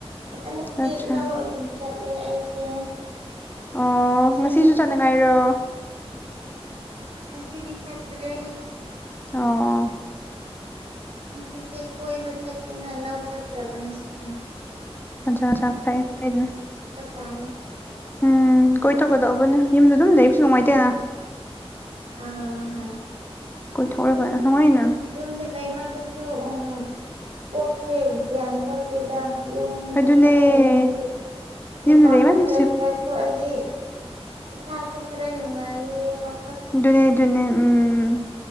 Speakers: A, on the right; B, on the left.
A: ꯍꯟꯗꯛꯇꯤ
B: ꯑꯠꯆꯥ
A: ꯂꯧ ꯑꯗꯨꯝ ꯆꯠꯂꯦ ꯑꯩꯁꯦ
B: ꯑꯣ
A: ꯉꯁꯤ
B: ꯉꯁꯤꯁꯨ
A: ꯈꯛ
B: ꯆꯠꯅꯤꯡꯉꯥꯏꯔꯣ
A: ꯉꯁꯤꯗꯤ‌ ꯆꯠꯇꯔꯦ
B: ꯑꯣ
A: ꯉꯁꯤꯁꯦ ꯀꯣꯏꯕ ꯆꯠꯀꯦꯅ ꯂꯧ ꯆꯠꯇꯔ꯭ꯕ ꯉꯁꯤꯁꯦ
B: ꯑꯆꯥ ꯑꯆꯥ ꯐꯩꯌꯦ ꯐꯩꯌꯦ
A: ꯇꯥꯅꯦ
B: ꯎꯝ ꯀꯣꯏꯊꯣꯛꯒꯗꯧꯕꯅꯦ ꯌꯨꯝꯗ ꯑꯗꯨꯝ ꯂꯩꯕꯁꯨ ꯅꯨꯡꯉꯥꯏꯇꯦꯅ
A: ꯎꯝ ꯑꯥ ꯍꯣꯏ
B: ꯀꯣꯏꯊꯣꯛꯔꯒꯅ ꯅꯨꯡꯉꯥꯏꯅ
A: ꯌꯨꯝꯗ ꯂꯩꯃꯜꯂꯁꯨ ꯎꯝ ꯀꯣꯛꯁꯦ ꯒ꯭ꯌꯥꯟ ꯊꯣꯛꯇꯦꯗ ꯌꯨꯝꯗ
B: ꯑꯗꯨꯅꯦ
A: ꯈꯛꯇꯪ ꯂꯩꯃꯟꯕꯒꯤ
B: ꯌꯨꯝꯗ
A: ꯃꯄꯥꯟ
B: ꯂꯩꯃꯟꯕꯁꯦ
A: ꯈꯔ ꯈꯔ ꯊꯣꯛꯑ ꯗꯤ ꯏꯁꯥꯁꯨ ꯈꯔ ꯅꯨꯡꯉꯥꯏꯌꯦ ꯋꯥ
B: ꯨꯗꯨꯅꯦ ꯗꯨꯅꯦ ꯎꯝ